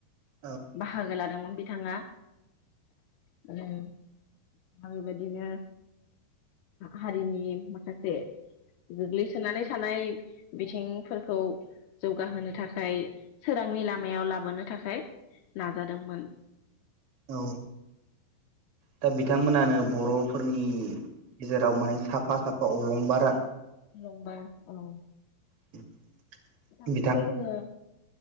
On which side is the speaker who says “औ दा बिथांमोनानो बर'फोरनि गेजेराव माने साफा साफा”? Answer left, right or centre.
Right